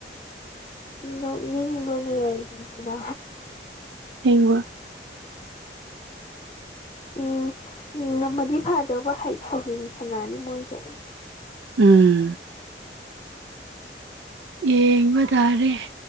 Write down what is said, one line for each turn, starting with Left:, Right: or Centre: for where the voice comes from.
Left: ꯅꯤꯡꯅꯤꯡ ꯕꯅꯦ ꯑꯔꯖꯟꯇꯤꯅꯥ
Right: ꯍꯦꯡꯕ
Left: ꯎꯝ ꯉꯝꯃꯗꯤ ꯐꯥꯗꯧꯕ ꯍꯌꯦꯡ ꯁꯅꯥꯅꯤ ꯃꯣꯏꯁꯨ
Right: ꯎꯝ
Left: ꯎ
Right: ꯌꯦꯡꯕ ꯇꯥꯔꯦ